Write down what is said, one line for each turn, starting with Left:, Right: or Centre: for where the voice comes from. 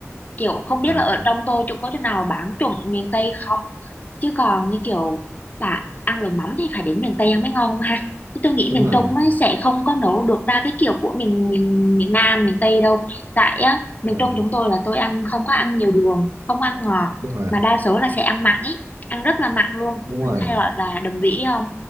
Left: kiểu không biết
Right: à,
Left: là ở trong tôi chỗ có chỗ nào bán chuẩn miền Tây không chứ còn như kiểu là ăn lẩu mắm thì phải đến miền Tây ăn mới ngon không ha chứ tôi nghĩ
Right: đúng
Left: miền
Right: rồi
Left: Trung ấy sẽ không có nấu được ra cái kiểu của miền miền, miền Nam miền Tây đâu tại á miền
Right: đúng rồi
Left: Trung chúng tôi là tôi ăn không có ăn nhiều đường không ăn ngọt
Right: đúng rồi
Left: mà đa số là sẽ ăn mặn ý ăn rất là mặn luôn
Right: đúng
Left: hay
Right: rồi
Left: gọi là đậm vị ấy không